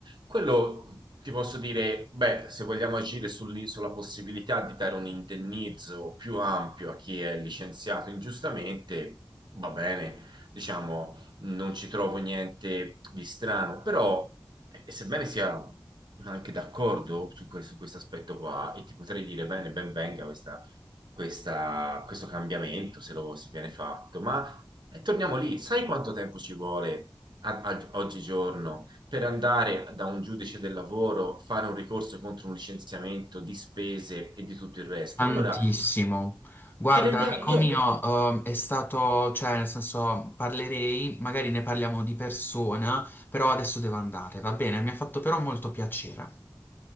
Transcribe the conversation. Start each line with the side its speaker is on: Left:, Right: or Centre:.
Right: quello ti posso dire, beh, se vogliamo agire sull- sulla possibilità di dare un indennizzo più ampio a chi è licenziato ingiustamente, va bene, diciamo, non ci trovo niente di strano, però. E e sebbene sia anche d'accordo su que- su questo aspetto qua, e ti potrei dire bene, ben venga questa- questa- questo cambiamento se lo si viene fatto, ma eh, torniamo lì, sai quanto tempo ci vuole a- al- oggigiorno per andare da un giudice del lavoro, fare un ricorso contro un licenziamento di spese e di tutto il resto?
Left: Tantissimo.
Right: Allora,
Left: Guarda,
Right: ci rendiamo,
Left: amico
Right: io,
Left: mio,
Right: eh,
Left: ehm, è stato, cioè, nel senso, parlerei, magari ne parliamo di persona, però adesso devo andare, va bene? Mi ha fatto però molto piacere.